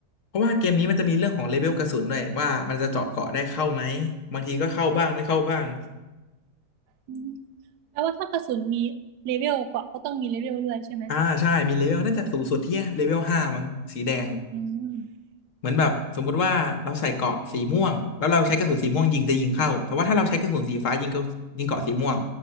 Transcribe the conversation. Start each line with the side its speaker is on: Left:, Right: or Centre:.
Left: เพราะว่าเกมนี้มันจะมีเรื่องของเลเวลกระสุนด้วยว่ามันจะเจาะเกาะได้เข้าไหมบางทีก็เข้าบ้างไม่เข้าบ้าง
Right: อืมแปลว่าถ้ากระสุนมีเลเวลเกราะก็ต้องมีเลเวลด้วยใช่ไหม
Left: อ่าใช่มีเลเวลน่าจะสูงสุดที่เลเวลห้ามั้งสีแดง
Right: อืม
Left: เหมือนแบบสมมุติว่าเราใส่เกราะสีม่วงแล้วเราใช้กระสุนสีม่วงยิงจะยิงเข้าแต่ว่าถ้าเราใช้กระสุนสีฟ้ายิงเข้ายิงเกราะสีม่วง